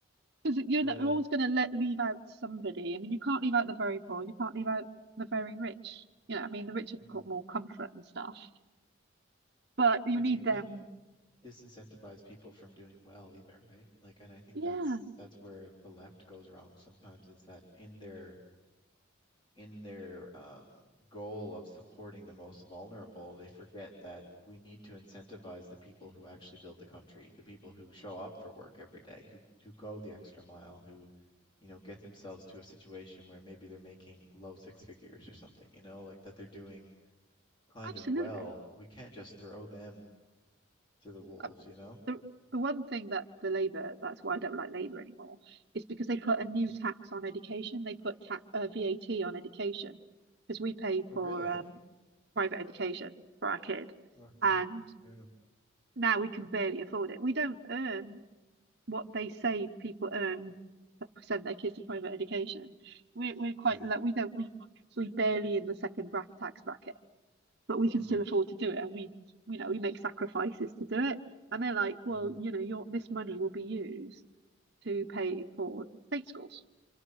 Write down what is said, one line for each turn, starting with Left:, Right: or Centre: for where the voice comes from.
Right: Because you're
Left: Yeah.
Right: not, you're always going to let leave out somebody. I mean, you can't leave out the very poor, and you can't leave out the very rich. You know, I mean, the rich have
Left: Mm.
Right: got more comfort and stuff, but you
Left: Yeah,
Right: need
Left: but you can't
Right: them. <laughs>
Left: disincentivize people from doing well either, right? Like, and I think
Right: Yeah,
Left: that's that's where the left goes wrong sometimes is that in their in their um, goal of supporting the most vulnerable, they forget that we need to incentivize the people who actually build the country, the people who show up for work every day, who who go the extra mile, who, you know, get themselves to a situation where maybe they're making low six figures or something, you know, like that they're doing kind
Right: absolutely.
Left: of well. We can't just throw them to the wolves,
Right: Uh,
Left: you know?
Right: The the one thing that the Labour, that's why I don't like Labour anymore, is because they put a new
Left: Mm.
Right: tax on education. They put tax, uh, VAT on education because we pay for
Left: Oh, really?
Right: um, private education for our kid,
Left: Okay.
Right: and
Left: Yeah.
Right: now we can barely afford it. We don't earn what they say people earn that send their kids to private education. We're we're quite
Left: Yeah.
Right: like we don't we we barely in the second bracket tax bracket, but we can
Left: Hmm.
Right: still afford to do it, and we you know we make sacrifices to do it. And they're like, well,
Left: Mm-hmm.
Right: you know, your this money will be used to pay for state schools,